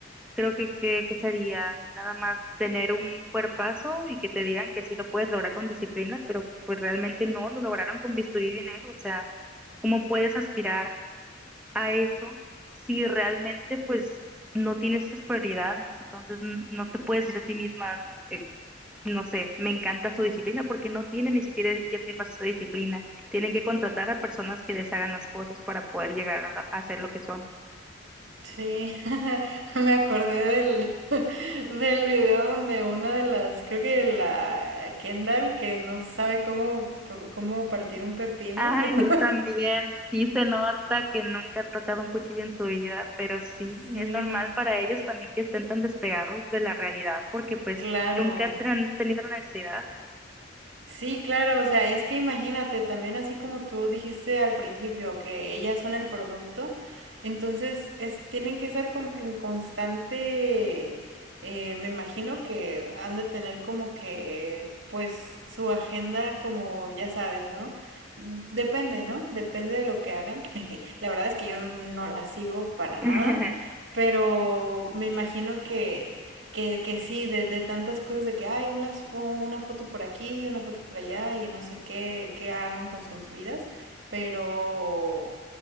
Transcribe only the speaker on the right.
Sí, <laughs> me acordé del, <laughs> del video donde una de las, creo que la Kendall que no sabe cómo, cómo partir un pepino.
<laughs>
Sí,
claro.
Sí, claro, o sea, es que imagínate, también así como tú dijiste al principio, que ellas son el producto, entonces es, tienen que estar como que en constante, eh, me imagino que han de tener como que, pues, su agenda como, ya sabes, ¿no? Depende, ¿no? Depende de lo que hagan. <laughs> La verdad es que yo no, no la sigo para nada,
pero me imagino que que, que sí, de, de tantas cosas de que hay unas fo- una foto por aquí, una foto por allá y no sé qué, qué hagan con sus vidas, pero,